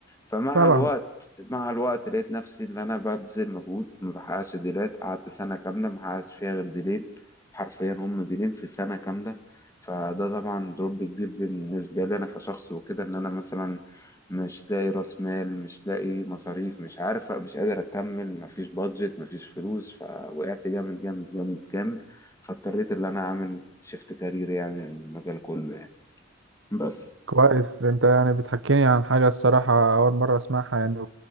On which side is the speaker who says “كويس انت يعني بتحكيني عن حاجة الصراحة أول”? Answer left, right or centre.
Right